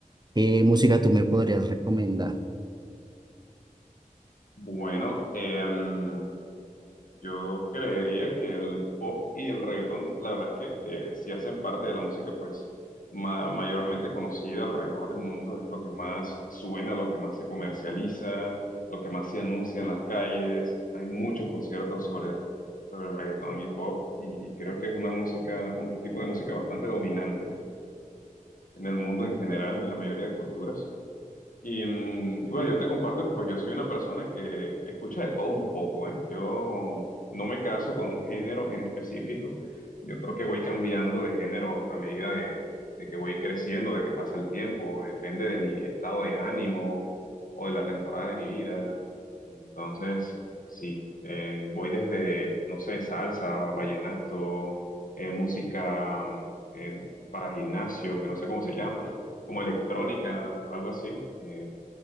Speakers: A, on the right (about 30°); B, on the left (about 75°).
A: qué música tú me podrías recomendar.
B: Bueno, em, yo creería que el pop y el reggaetón, la verdad es que eh, sí hacen parte de la música, pues ma- mayormente conocida alrededor del mundo, es lo que más suena, lo que más se comercializa, lo que más se anuncia en las calles. Hay muchos conciertos sobre, sobre reggaetón y pop, y, y creo que es una música, un tipo de música bastante dominante en el mundo en general, en la mayoría de culturas. Y, mm, y bueno, yo te comparto que pues yo soy una persona que escucha de todo un poco, ¿eh? Yo no me caso con un género en específico. Yo creo que voy cambiando de género a medida de, de que voy creciendo, de que pasa el tiempo. Depende de mi estado de ánimo o de la temporada de mi vida. Entonces, sí, eh, voy desde, no sé, salsa, vallenato, eh, música mm, eh, para gimnasio, que no sé cómo se llama. <laughs> como electrónica, algo así, eh,